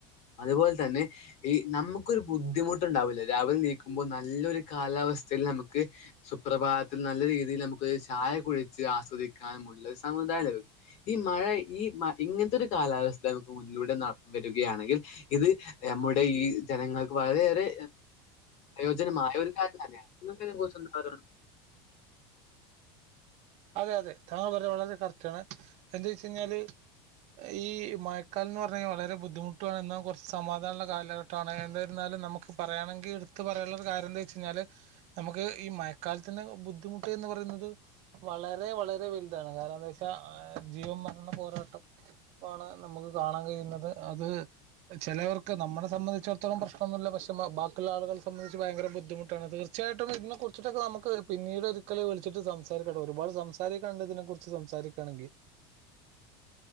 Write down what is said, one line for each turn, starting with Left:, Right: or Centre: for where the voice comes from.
Left: അതുപോലെ തന്നെ ഈ നമുക്കൊരു ബുദ്ധിമുട്ടുണ്ടാവില്ല രാവിലെ എണീക്കുമ്പോൾ നല്ലൊരു കാല സ്ഥയിൽ നമുക്ക് സുപ്രഭാതത്തിൽ നല്ല രീതിയിൽ നമുക്ക് ചായ കുടിച്ച് ആസ്വദിക്കാനും ഉള്ള സമുദായ ല ഈ മഴ ഈ മ ഇങ്ങനത്തെ ഒരു കാലാവസ്ഥ നമുക്ക് മുന്നിലൂടെ വരികയാണെങ്കിൽ ഇത് നമ്മുടെ ഈ ജനങ്ങൾ വളരെയേറെ ഉ ജമായ ഒരു കാര്യം തന്നെതിനറന്ത
Right: അതെ അതെ താങ്കൾ പറയാ വളരെ കറക്റ്റണ് എന്ത വെച്ച് കഴിഞ്ഞാല് ഈ മയക്കാല എന്ന് പറഞ്ഞ കഴിഞ്ഞാൽ വളരെ ബുദ്ധിമുട്ടുണ് എന്ന കുറച്ച് സമാധാനമുള്ള കാലഘട്ടമാണ് എന്തായിരുന്നാലും നമുക്ക് പറയാണെങ്കിൽ എടുത്ത് പറയാനുള്ള ഒരു കാര്യം എന്താ വെച്ച് കഴിഞ്ഞാല് നമുക്ക് ഈ മയക്കാലത്തിന്റെ ബുദ്ധിമുട്ട എന്ന് പറയുന്നത് വളരെ വളരെ വലുതാണ് കാരണം എന്താ വെച്ചാൽ ജീവ മരണ പോരാട്ടം ആണ് നമുക്ക് കാണാൻ കഴിയുന്നത് അത് ചിലവർക്ക് നമ്മളെ സംബന്ധിച്ചിടത്തോളം പ്രശ്നമൊന്നുമില്ല പക്ഷെ ബാക്കിയുള്ള ആള സംബന്ധച്ച് ഭയങ്കര ബുദ്ധിമുട്ടാണ് തീർച്ചായിട്ടും ഇതിനെ കുറിച്ചട്ടൊക്കെ നമക്ക് പിന്നീട് ഒരു കി വിളിട്ട് സം സംസാരിക്കട്ടെ ഒരുപാട് സംസാരിക്കണ്ട ഇതിനെ കുറിച്ച് സംസാരിക്കുകയാണെങ്കിൽ